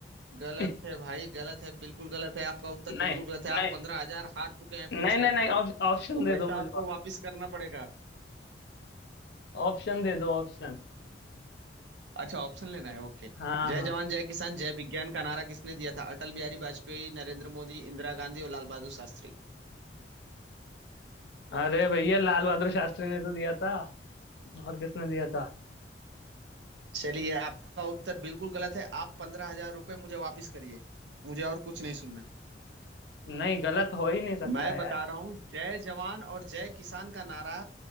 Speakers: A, on the right; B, on the left.
A: गलत
B: <laughs>
A: है भाई गलत है बिल्कुल गलत है आपका उत्तर
B: नहीं
A: बिल्कुल गलत है आप
B: नहीं
A: पंद्रह हजार हार चुके हैं
B: नहीं
A: फिर
B: नहीं
A: से
B: नहीं ऑप- ऑप्शन
A: वो
B: दे
A: पैसा
B: दो मुझे
A: आपको
B: ऑप-
A: वापस करना पड़ेगा
B: ऑप्शन <laughs> दे दो ऑप्शन
A: अच्छा ऑप्शन लेना है ओके
B: हाँ
A: जय
B: हाँ
A: जवान जय किसान जय विज्ञान का नारा किसने दिया था अटल बिहारी वाजपेयी नरेंद्र मोदी इंदिरा गांधी और लाल बहादुर शास्त्री
B: हाँ अरे भैया लाल बहादुर शास्त्री ने तो दिया था और किसने दिया था
A: चलिए आपका उत्तर बिल्कुल गलत है आप पंद्रह हजार रुपये मुझे वापस करिए मुझे और कुछ नहीं सुनना
B: नहीं गलत हो ही नहीं सकता
A: मैं
B: है
A: बता
B: यार
A: रहा हूँ जय जवान और जय किसान का नारा